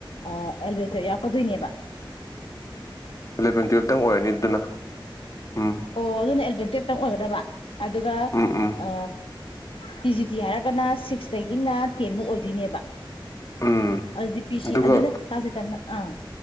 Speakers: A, on the left (about 85°); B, on the left (about 40°).
A: ꯑ ꯑꯦꯜꯕꯦꯟ ꯇꯨꯌꯦꯕ ꯌꯥꯎꯀꯗꯣꯏꯅꯦꯕ
B: ꯑꯦꯂꯚꯦꯟ ꯇꯨꯌꯦꯞꯇꯪ ꯑꯣꯏꯔꯅꯤ ꯑꯗꯨꯅ ꯎꯝ
A: ꯑꯣ ꯑꯗꯨꯅ ꯑꯦꯂꯕꯦꯟ ꯇꯨꯌꯦꯕꯇꯪ ꯑꯣꯏꯒꯗꯕ ꯑꯗꯨꯒ
B: ꯎꯝ ꯎꯝ
A: ꯑ ꯇꯤ ꯖꯤ ꯇꯤ ꯍꯥꯏꯔꯒꯅ ꯁꯤꯛꯁꯇꯒꯤꯅ ꯇꯦꯟꯕꯨꯛ ꯑꯣꯏꯒꯗꯣꯏꯅꯦꯕ
B: ꯎꯝ
A: ꯑꯗꯨꯗꯤ ꯄꯤꯁꯤ
B: ꯑꯗꯨꯒ
A: ꯑꯗꯨꯅ ꯇꯥꯥꯆꯦꯇꯟꯅ ꯑ